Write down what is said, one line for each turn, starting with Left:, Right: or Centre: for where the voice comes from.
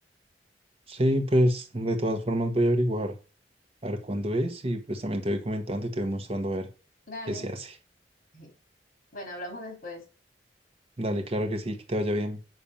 Right: Sí, pues, de todas formas voy a averiguar, a ver cuándo es y pues también te voy comentando y te voy mostrando a ver.
Left: Dale.
Right: que se hace.
Left: <laughs> Bueno, hablamos después.
Right: Dale, claro que sí, que te vaya bien.